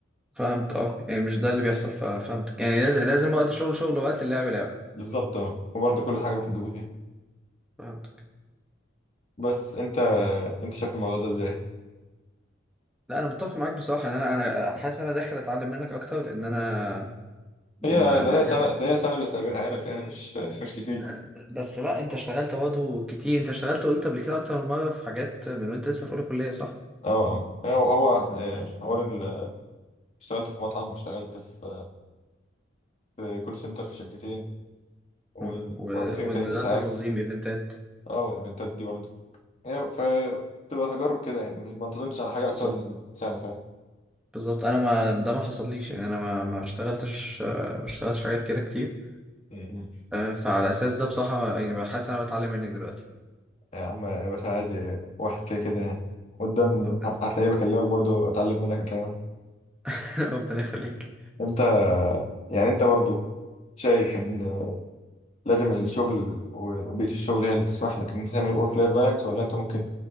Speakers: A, in the centre; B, on the left.
A: فهمت اه يعني مش ده اللي بيحصل ففهمتك يعني لازم لازم وقت الشغل شغل ووقت اللعب لعب
B: بالظبط اه وبرضه كل حاجه بحدود يعني.
A: فهمتك
B: بس انت انت شايف الموضوع ده ازاي
A: لا انا متفق معاك بصراحه ان انا انا حاسس ان انا داخل اتعلم منك اكتر لان انا ما
B: هي ده
A: ما
B: هي
A: كانش
B: سنه ده هي سنه اللي سابقها لك يعني مش مش كتير
A: آه،
B: اه
A: بس لا انت اشتغلت برضه كتير انت اشتغلت قلت قبل كده اكتر من مره في حاجات من وانت لسه في اولى كليه صح
B: اه هو هو آه، حوار ال- اشتغلت في مطعم واشتغلت في في كول سنتر في شركتين وواحده
A: مم. و...
B: فيهم
A: ونزلت
B: كان الاسعاف
A: تنظيم ايفنتات
B: اه والايفنتات دي برضه هي ف تبقى تجارب كده يعني مش ما انتظمتش على حاجه
A: بالظبط
B: اكتر من سنه فاهم
A: بالظبط انا ما ده ما حصليش يعني انا ما ما اشتغلتش ما اشتغلتش حاجات كده كتير
B: م-م.
A: آه، فعلى اساس ده بصراحه يعني بحس ان انا بتعلم منك دلوقتي
B: يا عم يا باشا عادي واحد كده كده يعني قدام
A: ربنا
B: هتلاقيه بكلمك برضه اتعلم منك الكلام
A: <laughs> ربنا يخليك
B: انت يعني انت برضه شايف ان لازم الشغل وبيئة الشغل هي اللي تسمح لك ان انت تعمل ورك لايف بالانس ولا انت ممكن